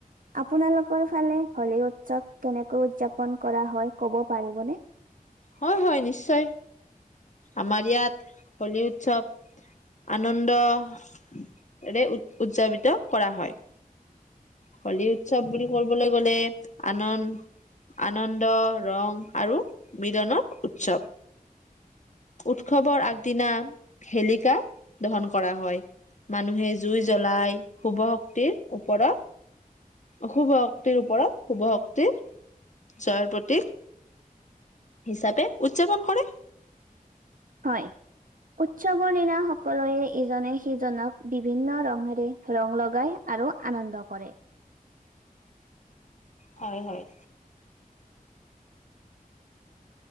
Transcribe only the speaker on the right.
আপোনালোকৰ ফালে হলী উৎসৱ কেনেকৈ উদযাপন কৰা হয়, ক'ব পাৰিবনে?
হয়। উৎসৱৰ দিনা সকলোয়ে ইজনে সিজনক বিভিন্ন ৰঙেৰে ৰং লগাই। আৰু আনন্দ কৰে।